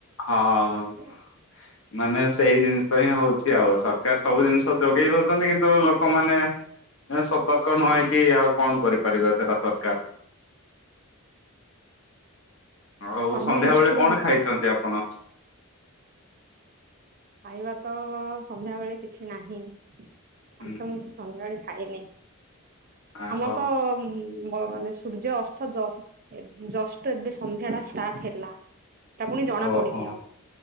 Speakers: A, on the left; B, on the right.
A: ହଁ
B: ଏମିତି ଆଉ
A: ମାନେ ସେଇ ଜିନିଷ ହିଁ ହଉଚି ଆଉ ସ ରକାର ସବୁ ଜିନିଷ ଯୋଗେଇ ଦଉଚନ୍ତି, କିନ୍ତୁ ଲୋକମାନେ ସତର୍କ ନ
B: ହଁ
A: ହେଇକି ଆଉ କଣ କରିପାରିବେ ସେଇଟା ସରକାର। ଆଉ
B: କର୍ମ
A: ସନ୍ଧ୍ୟାବେଳେ
B: ନିଷ୍ଠୁର
A: କଣ
B: ଲୋକ
A: ଖାଇଛନ୍ତି ଆପଣ?
B: ଖାଇବା ତ ସନ୍ଧ୍ୟାବେଳେ କିଛି ନାହିଁ,
A: ହୁଁ
B: ଆଜ ତ
A: ହୁଁ
B: ମୁଁ ସନ୍ଧ୍ୟାବେଳେ ଖାଇନି,
A: ଆହୋ
B: ଆମର ତ ବ ମାନେ ସୂର୍ଯ୍ୟ ଅସ୍ତ ଜ ଏବ ଜଷ୍ଟ ଏବେ ସନ୍ଧ୍ୟାଟା ଷ୍ଟାର୍ଟ ହେଲା। ସେଟା ପୁଣି ଜଣା
A: ଓହୋ
B: ପଡିନି ଆହୁରି